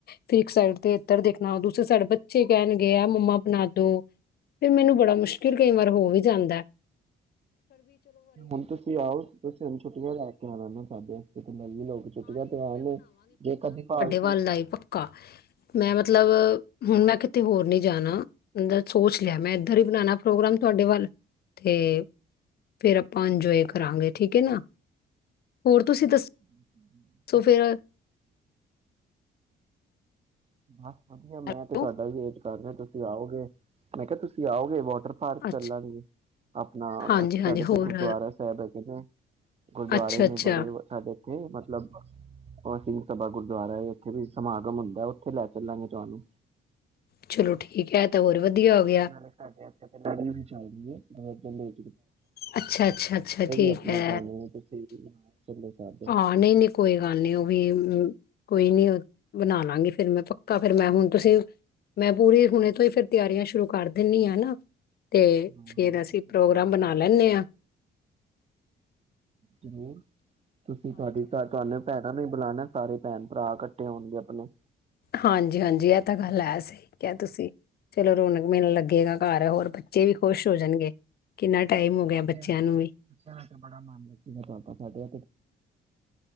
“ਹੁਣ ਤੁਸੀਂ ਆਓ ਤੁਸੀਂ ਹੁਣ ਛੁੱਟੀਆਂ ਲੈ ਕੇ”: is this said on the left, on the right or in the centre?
Right